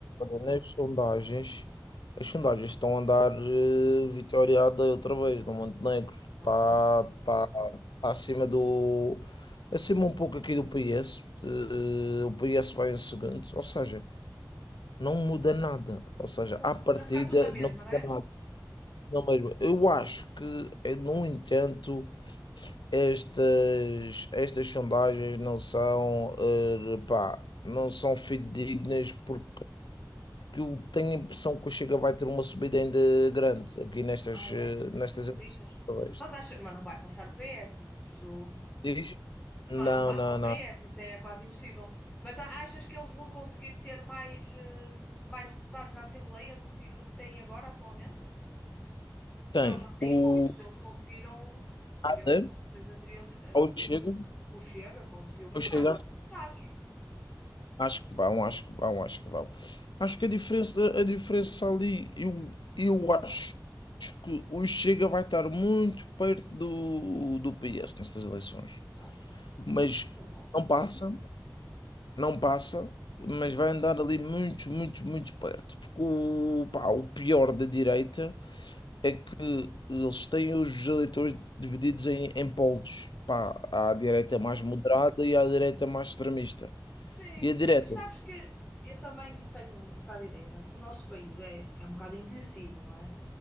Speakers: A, on the left; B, on the left.
A: Nas sondagens, as sondagens estão a andar eh, vitoriada outra vez no Montenegro.
B: Ok.
A: Está tá, tá acima do. acima um pouco aqui do PS. Eh, o PS vai em segundo. Ou seja, não muda nada. Ou seja,
B: Pois,
A: à partida
B: vai ficar tudo na mesma,
A: não
B: não
A: muda
B: é?
A: nada. Não mesmo. Eu acho que, eh, no entanto, estas, estas sondagens não são, eh, pá, não são fidedignas porque que eu tenho a impressão que o Chega vai ter uma subida ainda grande aqui nestas,
B: Ah, é?
A: eh, nestas
B: Acreditas?
A: eleições. outra vez.
B: Mas acha, mas não vai passar o PS. Isso.
A: Diz? Não,
B: Mas não passa
A: não,
B: ao PS,
A: não.
B: isso é quase impossível. Mas a- achas que eles vão conseguir ter mais, eh, mais deputados na Assembleia do que, ti- do que têm agora atualmente?
A: Tem
B: Eles já têm
A: o
B: muitos, eles conseguiram,
A: Haddad,
B: eu, nas eleições anteriores, eh,
A: ou
B: o,
A: o Chega,
B: o Chega conseguiu bastantes
A: o Chega,
B: deputados.
A: acho que vão, acho que vão, acho que vão. Acho que vão. Acho que a diferença, a diferença ali, eu, eu acho que o Chega vai estar muito perto do, do PS nestas eleições,
B: Ah, é?
A: mas
B: Olha, se calhar.
A: não passa. não passa, mas vai andar ali muito, muito, muito perto. Porque o, pá, o pior da direita é que eles têm os eleitores divididos em, em polos. Pá, há a direita mais moderada e há a direita mais extremista.
B: Sim,
A: E a direita?
B: pois sabes que eu também tenho um bocado de ideia, não é? Porque o nosso país é, é um bocado envelhecido, não é?